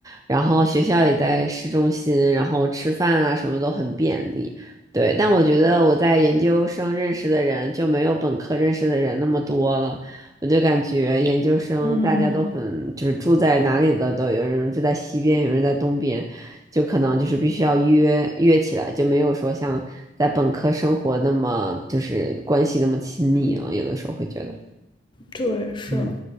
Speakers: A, on the right (about 20°); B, on the left (about 25°).
A: 然后学校也在市中心，然后吃饭啊什么都很便利。对，但我觉得我在研究生认识的人就没有本科认识的人那么多了，我就感觉研究生大家都很，
B: 嗯，
A: 就是住在哪里的都有人住在西边，有人在东边，就可能就是必须要约约起来，就没有说像在本科生活那么就是关系那么亲密了。有的时候会觉得，
B: 对，是，
A: 嗯